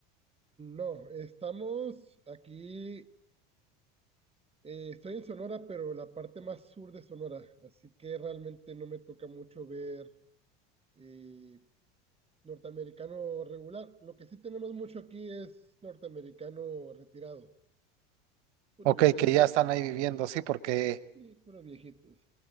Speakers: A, on the right; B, on the right.
A: No, estamos aquí, eh, estoy en Sonora, pero la parte más sur de Sonora, así que realmente no me toca mucho ver... eh, Norteamericano regular. Lo que sí tenemos mucho aquí es norteamericano retirado. Puro
B: Ok,
A: viejito.
B: que ya están ahí viviendo, sí, porque,
A: Sí, puros viejitos.